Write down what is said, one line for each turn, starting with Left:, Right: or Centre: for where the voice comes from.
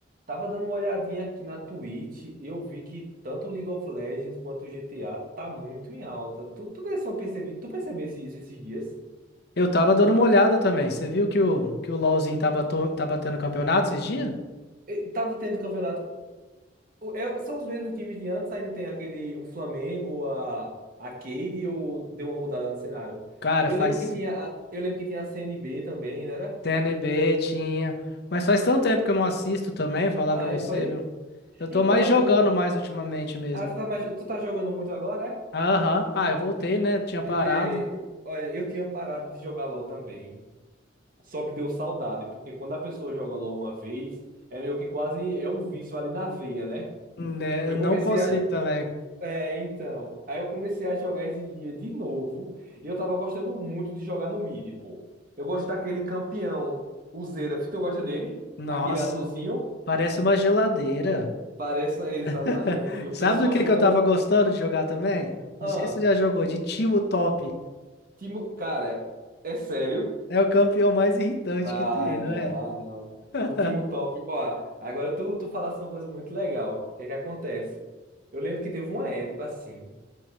Right: Tava dando uma olhadinha aqui na Twitch, eu vi que tanto League of Legends quanto o GTA tá muito em alta. Tu, tu desse uma percebi, tu percebesse isso esses dias?
Left: Eu tava dando uma olhada também. Você viu que o, que o LoLzinho tava, to- tava tendo campeonato esses dias?
Right: E tava tendo campeonato. o- é- são os mesmos times de antes, ainda tem aquele, o Flamengo, a, a Cade, ou deu uma mudada no cenário?
Left: Cara,
Right: Eu
Left: faz
Right: lembro que tinha, a- eu lembro que tinha a CNB também, não era?
Left: TNB, tinha. Mas faz tanto tempo que eu não assisto também, falar
Right: Aí
Left: pra você,
Right: foi.
Left: viu? Eu tô
Right: Então,
Left: mais jogando
Right: eu,
Left: mais ultimamente mesmo.
Right: ah, tu tá, mais- tu tá jogando muito agora, é?
Left: Aham. Ah, eu voltei,
Right: Bicho,
Left: né? Tinha parado.
Right: e- e- olha, eu tinha parado de jogar LoL também. Só que deu saudade, porque quando a pessoa joga LOL uma vez, é meio que quase é um vício ali na veia, né?
Left: Né?
Right: Eu
Left: Eu não
Right: comecei
Left: consigo
Right: a.
Left: também.
Right: É, então. Aí eu comecei a jogar esses dias de novo. E eu tava gostando muito de jogar no mid, pô. Eu gosto daquele campeão, o Xerath. Tu gosta dele?
Left: Nossa,
Right: Aquele azulzinho?
Left: parece uma geladeira.
Right: Parece exatamente.
Left: <laughs>
Right: E o
Left: Sabe
Right: pessoal
Left: do que
Right: chama.
Left: que eu tava gostando de jogar também? Não
Right: Ah,
Left: sei se você já jogou, de Timo Top.
Right: Timo... Cara, é sério.
Left: É o campeão mais irritante
Right: Ah,
Left: que tem, não
Right: não,
Left: é?
Right: ah, não.
Left: <laughs>
Right: O time top. Ó, agora tu, tu falaste uma coisa muito legal. O que é que acontece? Eu lembro que teve uma época assim